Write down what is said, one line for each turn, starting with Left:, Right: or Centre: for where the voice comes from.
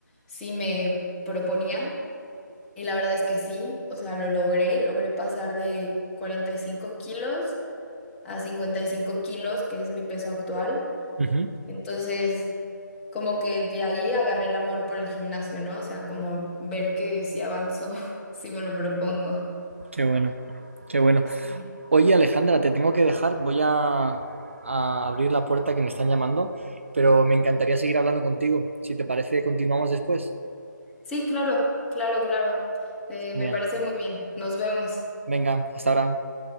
Centre: si me proponía. Y la verdad es que sí, o sea, lo logré, logré pasar de 45 kilos a 55 kilos, que es mi peso actual.
Right: ujú.
Centre: Entonces, como que de ahí agarré el amor por el gimnasio, ¿no? O sea, como ver que sí avanzo, <laughs> si me lo propongo.
Right: Qué bueno, qué bueno.
Centre: Sí.
Right: Oye, Alejandra, te tengo que dejar. Voy a, a abrir la puerta que me están llamando, pero me encantaría seguir hablando contigo. Si te parece, continuamos después.
Centre: Sí, claro, claro, claro. Eh,
Right: Genial.
Centre: me parece muy bien. Nos vemos.
Right: Venga, hasta ahora.